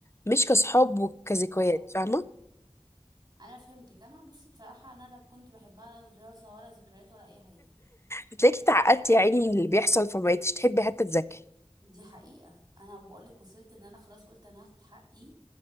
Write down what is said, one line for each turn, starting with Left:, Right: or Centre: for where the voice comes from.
Left: مش كصحاب وكذكريات
Right: اه
Left: فاهمة
Right: انا فهمتك انا بصي بصراحه انا لا كنت بحبها لا دراسه ولا ذكريات ولا اي حاجه
Left: هتلاقيكي اتعقدتي يا عيني من اللي بيحصل فمبقتيش تحبي حتى تذاكري
Right: دي حقيقه انا بقول لك وصلت ان انا خلاص قلت انا هاخد حقي